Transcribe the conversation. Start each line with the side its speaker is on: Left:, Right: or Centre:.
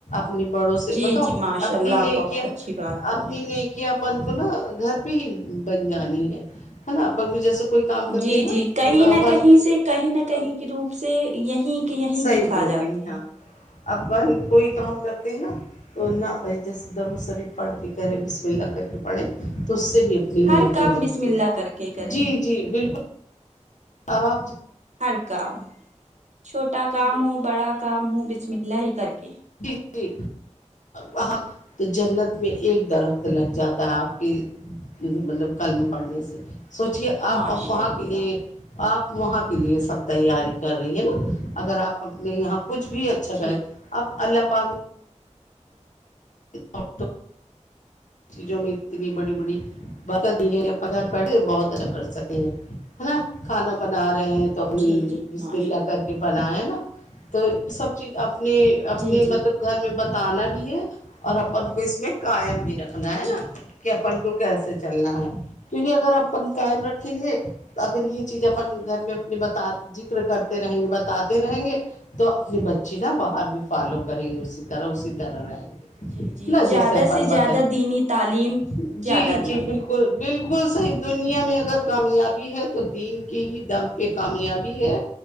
Left: اپنے بڑوں سے
Right: جی
Left: بتاؤ
Right: جی ماشاء
Left: اپنی
Right: اللہ
Left: نے
Right: آپ بہت
Left: کیا
Right: اچھی بات کر
Left: اپنی
Right: رہے ہیں
Left: نے کہپ ان کو نا گھر پہ ہی بن جانی ہے ہے نا اپن کو جیسے کوئی کام کرتے
Right: جی
Left: ہیں نا
Right: جی کہیں
Left: تو اپن
Right: نہ کہیں سے کہیں نہ کہیں کے روپ سے یہیں کہ یہیں
Left: صحیح
Right: دکھا
Left: بول
Right: جاتے
Left: رہی
Right: ہیں
Left: آپ اپن کوئی کام کرتے ہیں نا تو نہ جیسے در و سرف پڑھ کے گھرے بسم اللہ کر کے پڑھیں تو اس سے بھی اپ ج
Right: ہر کام
Left: کے بنتی
Right: بسم اللہ کر کے کریں
Left: جی جی بالکل اورب
Right: ہر کام چھوٹا کام ہو بڑا کام ہو بسم اللہ ہی کر کے
Left: جی جی ہ تو جنت میں ایک درخت لگ جاتا ہے آپ کی مطلب قلملم پڑھنے سے سوچے آپ
Right: ماشاء
Left: وہاں
Right: اللہ
Left: کے لیے
Right: جی
Left: آپ وہاں کے لیے سب تیاری کر رہی ہیں نا اگر آپ اپنے یہاں کچھ بھی اچھا کریں
Right: جی
Left: اب اللہ پاک اور چیزوں میں اتنی بڑی بڑی ب دی کہ گھر بیٹھے بہت اچھا کر سکتے ہیں نا کھانا بنا رہے ہیں تو اپنی
Right: جی جی
Left: بسم
Right: ماشاء
Left: اللہ کر کے بنیا نا تو یہ سب چز اپنے
Right: جی
Left: اپنے
Right: جی
Left: مطلب گھر میں بتانا بھی ہے اور اپن کو اس میں کاائم بھی رکھنا ہے
Right: جی
Left: نا کہ اپن کو کیسے چلنا ہے کیونکہ اگر اپن کائم رکھیں گے اگر یہ چیز اپن گھر میں اپنے بتا ذکر کرتے رہیں گے بتاتے رہیں گے تو اپنے بچے نا باہر بھی فالو کریں گے اسی طرح اسی طرح رہیں گے
Right: جی جی
Left: نا
Right: زیادہ
Left: جیسے اپن
Right: سے
Left: بتا
Right: زیادہ دینی تعلیم
Left: جی
Right: زیادہ دیں
Left: جی بالکل صحیح دنیا میں اگر کامیابی ہے تو دین کے ہی دم پہ کامیابی ہے